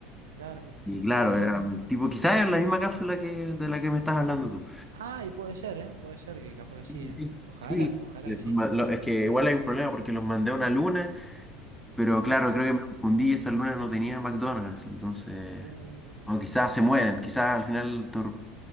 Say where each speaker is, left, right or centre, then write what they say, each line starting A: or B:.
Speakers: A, on the right; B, in the centre.
A: Claro,
B: Y claro,
A: mira.
B: era un tipo, quizás es la misma cápsula que de la que me estás hablando tú.
A: Ah, y puede ser, ¿eh? Puede ser que capaz que sí,
B: Sí,
A: ¿eh?
B: sí,
A: Ojalá,
B: sí.
A: ojalá
B: Sí,
A: que sí.
B: lo- lo- es que igual hay un problema porque los mandé a una luna Pero claro, creo
A: Sí.
B: que me confundí y esa luna no tenía McDonald's, entonces...
A: Uh,
B: O quizás se mueren, quizás al final tor-